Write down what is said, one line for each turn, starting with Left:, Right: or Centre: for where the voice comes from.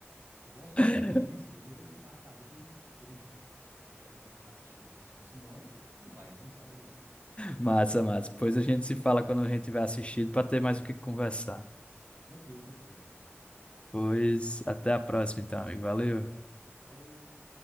Right: Eu gosto
Left: <laughs>
Right: muito, eu tenho que fazer uma lista, que eu tenho que marcar a lista e pôr um cheque, um cheque, né? Já assisti, já assisti. Senão, não vai, né? Não sai do lugar.
Left: Massa, massa. Pois a gente se fala quando a gente tiver assistido para ter mais o que conversar.
Right: Tranquilo, tranquilo.
Left: Pois até a próxima, então, amigo. Valeu.
Right: Até a próxima. Falou!